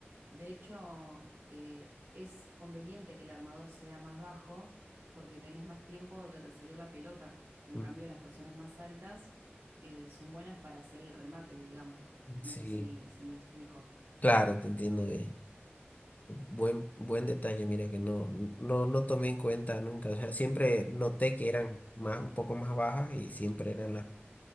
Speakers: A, on the right; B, on the left.
A: de hecho, eh, es conveniente que el armador sea más bajo porque tenés más tiempo de recibir la pelota. En
B: Mm,
A: cambio, las personas más altas eh, son buenas para hacer el remate, digamos. No
B: Sí,
A: sé si, si me explico.
B: claro, te entiendo bien. Buen, buen detalle, mira que no, no, no tomé en cuenta nunca. O sea, siempre noté que eran más, un poco más bajas y siempre eran las